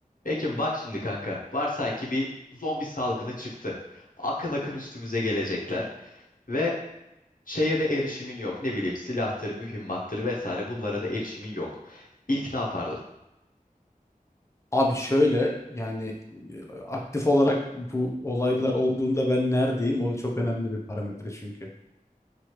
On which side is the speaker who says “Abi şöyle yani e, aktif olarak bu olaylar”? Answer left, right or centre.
Left